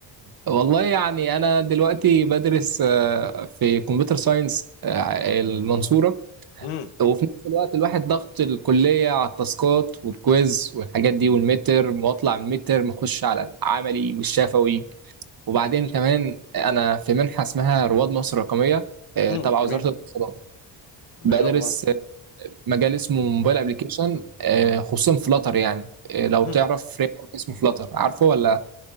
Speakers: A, on the right; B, on the left.
A: والله يعني انا دلوقتي بدرس آه، في كمبيوتر ساينس آه، المنصورة
B: امم
A: وفي نفس الوقت الواحد ضغط الكلية على التاسكات والكويز والحاجات دي والمتر واطلع من المتر مخش على العملي والشفوي وبعدين كمان انا في منحة اسمها رواد مصر الرقمية آه،
B: امم
A: تبع
B: جميل
A: وزارة الاتصالات
B: ما
A: بدرس
B: شاء الله
A: مجال اسمه موبايل ابلكيشن خصوصا فلاتر يعني آه، لو
B: امم
A: تعرف فريم ورك اسمه فلاتر عارفه ولا